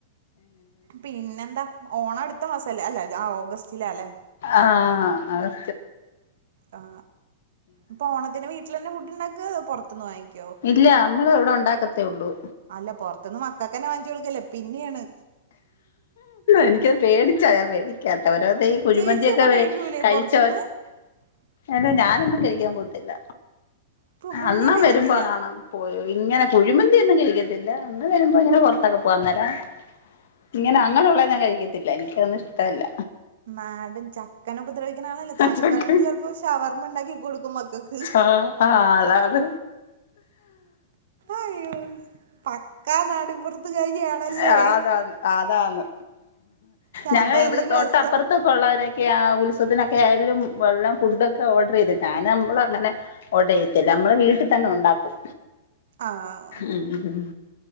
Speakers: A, on the right (about 70°); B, on the left (about 70°).
A: പിന്നെന്താ ഓണം അടുത്ത മാസല്ലേ അല്ലെ ഓഗസ്റ്റില അല്ലെ
B: ആഹ് അഹ്
A: ആ ഇപ്പ ഓണത്തിന് വീട്ടിൽന്നെ ഫുഡ് ഉണ്ടാക്കുക പുറത്തുന്ന് വാങ്ങിക്
B: ഇല്ല മ്മള് ഇവിടെ ഉണ്ടാക്കത്തേ ഉള്ളൂ
A: അല്ല പൊറത്തൊന്ന് മക്കൾക്കന്നെ വാങ്ങിച്ചു കൊടുക്കല്ലേ പിന്നെയാണ്
B: എനക്ക് പേടിച്ചോ ഞാൻ പേടിക്കാത്ത ഓരോത ഈ കുഴിമന്തിയൊക്കെ
A: ചേച്ചി അപ്പൊ കഴിക്കൂലേ
B: കഴിച്ചോ
A: <unintelligible>
B: അല്ല ഞാനൊന്നും കഴിക്കാൻ പോത്തില്ല
A: ഇപ്പൊ മുന്നേ
B: അന്നണം
A: കഴിച്ചിട്ടില്ല
B: വരുമ്പോ കാണാം പോ ഇങ്ങനെ കുഴിമന്തി ഒന്നും കഴിക്കത്തില്ല അന്ന് വരുമ്പോ ഇങ്ങനെ പുറത്തൊക്കെ പോകൻന്നേരം ഇങ്ങനെ അങ്ങനെയുള്ളത് ഞാൻ കഴിക്കത്തില്ല എനിക്കതന്ന ഇഷ്ടല്ല
A: മാടൻ ചക്കൻ ഉപദ്രവിക്കാനാണല്ലോ
B: ആ
A: ചക്കനണ്ട്
B: ചക്ക്
A: ചിലപ്പോ ഷവർമ ഉണ്ടാക്കി കൊടുക്കും മക്കക്ക്
B: ആ ആ അതാ അത്
A: അയ്യോ പക്കാ നാടിൻപുറത്തുകാരിയാണല്ലേ
B: അതാന്ന് അതാണ്
A: സാമ്പാറ്
B: ഞങ്ങ ഇവിടെ തോട്ടപ്പുറത്ത
A: രസം
B: ഇ ഉള്ളവരൊക്കെ ആ ഉത്സവത്തിനൊക്കെ ആയാലും വല്ലം ഫുഡൊക്കെ ഓർഡർ ചെയ്തി ഞാൻ നമ്മള അങ്ങനെ ഓർഡർ ചെയ്ത്തില്ല നമ്മള് വീട്ടിൽ തന്നെ ഉണ്ടാക്കും
A: ആഹ്
B: ഉം